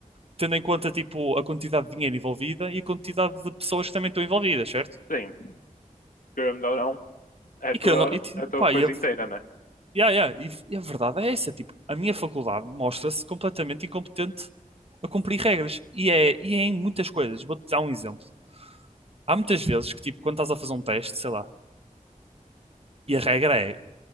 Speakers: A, on the right; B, on the left.
A: tendo em conta, tipo, a quantidade de dinheiro envolvida e a quantidade de pessoas que também estão envolvidas, certo?
B: Sim, querendo ou não, é a
A: E
B: tua,
A: que eu não, e, ti-
B: é a tua
A: pá,
B: coisa
A: e a,
B: inteira, né?
A: yeah, yeah, e, e a verdade é essa, tipo, a minha faculdade mostra-se completamente incompetente a cumprir regras. E é, e é em muitas coisas. Vou-te dar um exemplo. Há muitas vezes que, tipo, quando estás a fazer um teste, sei lá, e a regra é,